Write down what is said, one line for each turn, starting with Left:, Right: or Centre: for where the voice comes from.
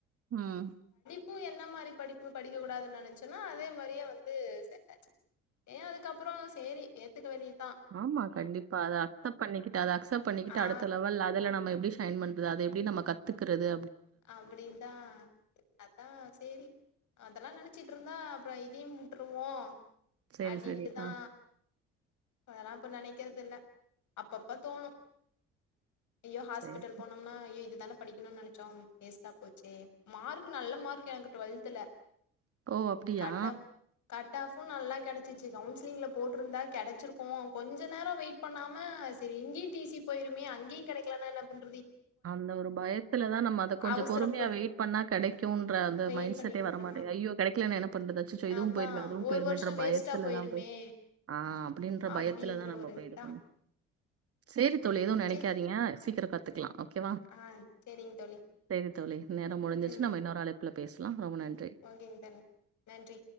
Right: ம்
Left: பு என்ன மாரி படிப்பு படிக்க கூடாது நெனச்சனோ அதே மாரியே வந்து சேந்தாச்சு ஏ அதுக்கப்புறொ சேரி ஏத்துக்க வேண்டியி
Right: ஆமா கண்டிப்பா அத அக்த பண்ணிக்கிட்ட அத அக்சப் பண்ணிக்கிட்டு
Left: ஆ
Right: அடுத்த லவல் அதுல நம்ம எப்டி டைன் பண்றது அது எப்டி நம்ம கத்துக்றது
Left: அப்டின்தா அதா சேரி அதல்லா நென சிட்ருந்தா அப்ற இதியும் உட்ருவோ
Right: சரி,
Left: அடின்ட்டுதா
Right: சரி. ஆ
Left: அதலா இப்ப நெனைக்கறது இல்ல அப்பப்ப தோணும் ஐய்யோ ஹாஸ்பிட்டல்
Right: சரி.
Left: போனும்னா ஐய்யோ இதுதான படிக்கணும்னு நெனைச்சோம் வேஸ்டா போச்சே மார்க் நல்ல மார்க் எனக்கு டுவெல்த்துல
Right: ஓ அப்டியா
Left: கட் ஆஃப் கட் ஆஃபும் நல்லா கெடைச்சிச்சு கவுன்சிலிங்ல போட்டிருந்தா கெடச்சுருக்கும் கொஞ்ச நேரம் வெயிட் பண்ணாம சரி இங்கயும் டி சி போய்ருமே அங்கயும் கெடைக்கலனா என்ன பண்ணறது
Right: அந்த ஒரு பயத்துலதான் நம்ம அத கொஞ்ச
Left: அவசரப்பட்
Right: பொறுமையா வெயிட் பண்ணா கிடைக்கும்ன்ற அந்த
Left: வெயிட்
Right: மைண்ட்
Left: பண்ணிருந்தனா
Right: செட்டே வரமாட்டங்குது ஐயோ கெடைக்கலனா என்ன பண்றது அச்சச்சோ இதுவும்
Left: அதா
Right: போயிருமே அதுவும்
Left: ஒரு
Right: போயிருமேன்ற
Left: வருஷோ வேஸ்ட்டா
Right: பயத்துலதான்
Left: போயிருமே
Right: போய் ஆஹ் அப்டின்ற
Left: அப்டின்ற
Right: பயத்துலதான் நம்ம
Left: ஒரு
Right: போய்
Left: இதா
Right: இது பண்ணணு சேரி தோழி ஏதுவும் நெனைக்காதிங்க
Left: சரி
Right: சீக்கிரம் கத்துக்கலா ஓக்கேவா
Left: ஆ சரிங்க தோழி
Right: சேரி தோழி நேரம் முடிஞ்சிருச்சு
Left: ம்
Right: நம்ம இன்னொரு அழைப்புல பேசலாம் ரொம்ப நன்றி.
Left: <unintelligible> நன்றி